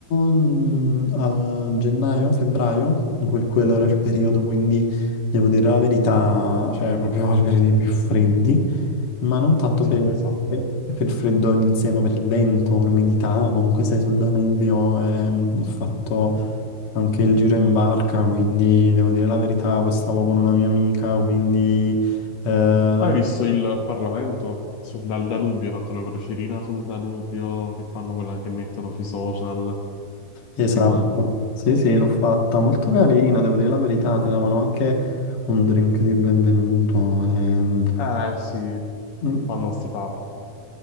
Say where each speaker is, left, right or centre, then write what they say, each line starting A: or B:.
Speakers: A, on the left; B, on the left.
A: mm, a gennaio, febbraio, quel- quello era il periodo, quindi devo dire la verità, cioè proprio i periodi più freddi, ma non tanto
B: Sì,
A: per,
B: esatto.
A: per- per il freddo in sé, ma per il vento, l'umidità, comunque sei sul Danubio, ehm, ho fatto Anche il giro in barca, quindi devo dire la verità, poi stavo con una mia amica, quindi eh,
B: Hai visto il Parlamento? Sul, dal Danubio, ha fatto la crocerina sul Danubio che fanno quella che mettono sui social,
A: esatto.
B: tutti quanti.
A: Sì, sì, l'ho fatta molto carina, devo dire la verità, ti davano anche un drink di benvenuto. ehm,
B: Eh sì,
A: mm,
B: fanno sti fatti.